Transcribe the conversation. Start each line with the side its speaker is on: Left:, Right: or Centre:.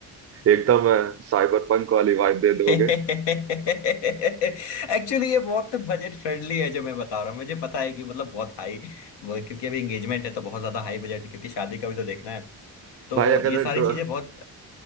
Right: एकदम साइबर पंक वाली वाइब दे
Left: <laughs>
Right: दोगे
Left: एक्चुअली ये बहुत बजट फ्रेंडली है जो मैं बता रहा हूँ मुझे पता है कि मतलब बहुत हाई क्योंकि अभी एंगेजमेंट है तो बहुत ज्यादा हाई बजट क्योंकि शादी का भी तो देखना है तो
Right: भाई अगर
Left: ये सारी
Right: ड्रो,
Left: चीजें बहुत